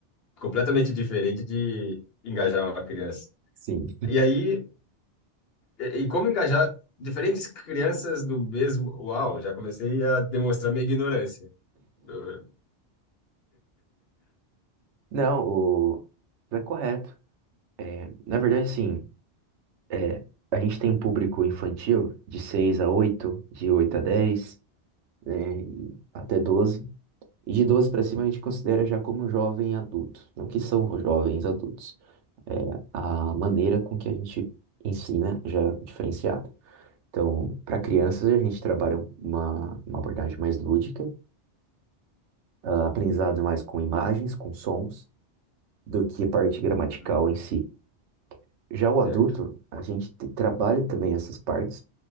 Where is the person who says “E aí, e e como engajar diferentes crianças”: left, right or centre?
Left